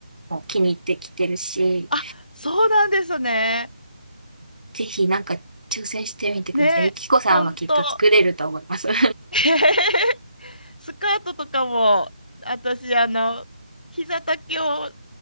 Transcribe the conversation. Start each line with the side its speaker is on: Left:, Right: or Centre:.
Right: もう気に入ってきてるし、
Left: あ、そうなんですね。
Right: ぜひなんか挑戦してみてください。
Left: ね、
Right: ゆきこさんはきっと作れると思います。
Left: ほんと。
Right: <laughs> う
Left: <laughs> スカートとかも、私、あの、膝丈を